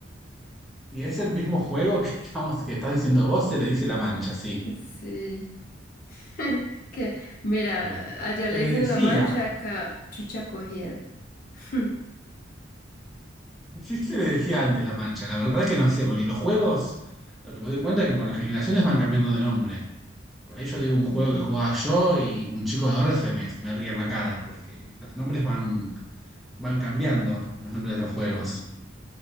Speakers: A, in the centre; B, on the left (about 45°).
A: Y es el mismo juego que, <laughs> estamos, que estás diciendo vos, se le dice la mancha, sí.
B: Sí. <laughs> Que, mira,
A: Eh,
B: allá
A: se
B: le
A: le
B: dicen
A: decía.
B: la mancha, acá chucha cogida. <laughs>
A: Sí se le decía antes La Mancha, la verdad que no sé, porque los juegos, lo que me doy cuenta es que con las generaciones van cambiando de nombre. Por ahí yo digo un
B: Mm,
A: juego que jugaba yo y un chico de ahora se me, se me ríe en la cara, porque los nombres van, van cambiando, los nombres de los juegos.